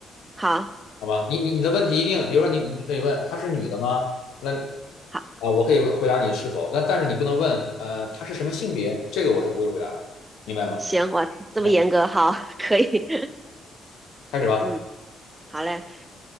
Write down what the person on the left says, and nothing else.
好吧？你你你的问题一定，比如说你你可以问她是女的吗？那
啊，我可以回答你是否，那但是你不能问呃她是什么性别，这个我是不会回答的，明白吗
？OK，
开始吧。